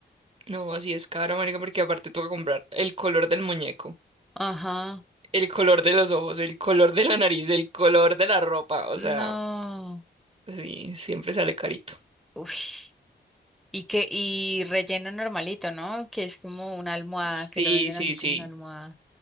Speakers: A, on the right; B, in the centre.
A: no, así es caro, marica, porque aparte toca comprar el color del muñeco,
B: Ajá,
A: el color de los ojos, el color de la nariz, el color de la ropa, o
B: no.
A: sea, sí, siempre sale carito.
B: Uy. Y que, y relleno normalito, ¿no? Que es como una almohada,
A: Sí,
B: que lo venden
A: sí,
B: así como
A: sí.
B: una almohada.